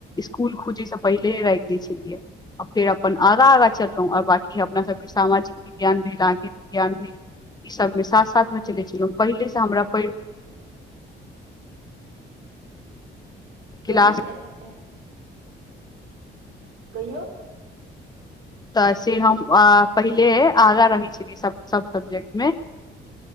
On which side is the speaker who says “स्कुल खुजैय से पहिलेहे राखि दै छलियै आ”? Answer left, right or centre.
Left